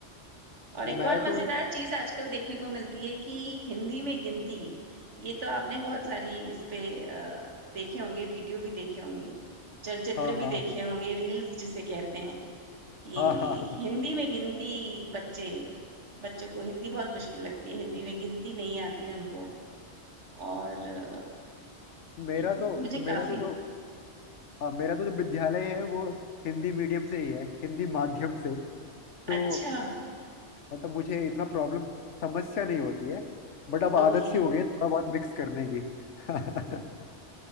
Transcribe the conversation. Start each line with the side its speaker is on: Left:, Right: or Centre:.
Right: और
Left: मैं
Right: एक और
Left: तो
Right: मजेदार चीज आजकल देखने को मिलती है कि हिंदी में गिनती ये तो आपने बहुत सारी इस पे अ, देखे होंगे वीडियो भी देखे होंगे चलचित्र
Left: हाँ
Right: भी
Left: हाँ हाँ
Right: देखे होंगे रील्स जिसे कहते हैं कि
Left: हाँ हाँ हाँ।
Right: हिंदी
Left: हाँ।
Right: में गिनती बच्चे बच्चों को हिंदी बहुत मुश्किल लगती है हिंदी में गिनती नहीं आती उनको और अ,
Left: मेरा
Right: ये चीज
Left: तो
Right: मुझे
Left: मेरा
Right: काफी
Left: तो जो हाँ मेरा तो जो विद्यालय है वो हिंदी मीडियम से ही है हिंदी माध्यम से तो
Right: अच्छा
Left: मतलब मुझे इतना प्रॉब्लम समस्या नहीं होती है बट अब आदत
Right: ओके
Left: सी हो गई है थोड़ा बहुत मिक्स करने की <laughs>